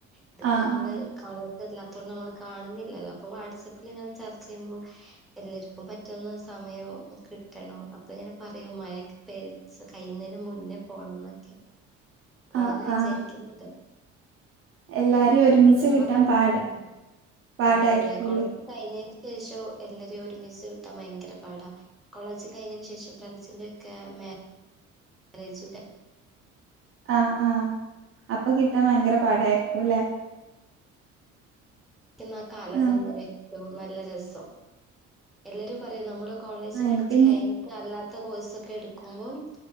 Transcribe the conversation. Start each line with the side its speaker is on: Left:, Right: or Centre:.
Centre: ഇതിപ്പോ
Right: ആഹ്
Centre: നമ്മള് കാ രല്ലാത്തോണ്ട് നമ്മള് കാണുന്നില്ലല്ലോ അപ്പൊ വാട്സ്സപ്പില് ഇങ്ങനെ ചർച്ചയ്മ്പോ എല്ലര്ക്കു പറ്റുന്ന സമയം കിട്ടണോ അപ്പങ്ങനെ പറയും മഴക്കെ പെയ്ത് കഴിയുന്നന് മുന്നേ പോണംന്നൊക്കെ പോണംന്ന്
Right: ആഹ്
Centre: വിചാരിക്കുന്നുണ്ട്
Right: ആഹ് എല്ലാരെയും
Centre: <unintelligible>
Right: ഒരുമിച്ച് കിട്ടാൻ പാട പാടായിരിക്കുംല്ലേ
Centre: അതെ അതെ കൊളക്ക്‌ കഴിഞ് യേശോ എല്ലര ഒരുമിച്ച് ത്ത ഭയങ്കര പാടാ കോളേജ് കഴിഞ്ഞന് ശേഷം ഫ്രണ്ട്സിന്റെ ഒക്കെ മേ ആലോയ്ച്ചുടാ
Right: ആ ആ അപ്പ കിട്ടാൻ ഭയങ്കര പാടായിരിക്കുല്ലെ
Centre: പ്പന്നാ ആ കാലല്ലെല്ലോ
Right: ആഹ്
Centre: പോയ്‌ നല്ലരസം എല്ലരും പറയും നമ്മൾ കോളേജ്
Right: ആഹ്
Centre: പഠിച്ച്
Right: എനിക്ക് ഇനി
Centre: കഴിഞ്ഞിട്ട് അല്ലാത്ത കോഴ്സ് ഒക്കെ എടുക്കുമ്പം